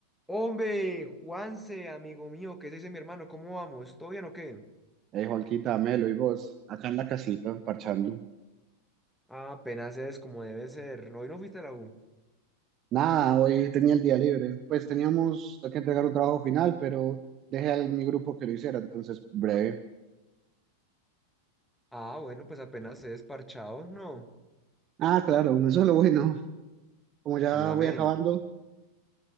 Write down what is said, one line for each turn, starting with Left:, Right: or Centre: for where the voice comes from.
Centre: Hombre, Juanse, amigo mío, ¿qué se dice mi hermano? ¿Cómo vamos? ¿Todo bien o qué?
Right: Eh, Juanquita, Melo y vos, acá en la casita, parchando.
Centre: Ah, apenas es como debe ser. No, hoy no fuiste a la U.
Right: Nada, hoy tenía el día libre. Pues teníamos que entregar un trabajo final, pero dejé a mi grupo que lo hiciera, entonces breve.
Centre: Ah, bueno, pues apenas es parchado, no.
Right: Ah, claro, eso es lo bueno. Como ya
Centre: Pues, amén.
Right: voy acabando,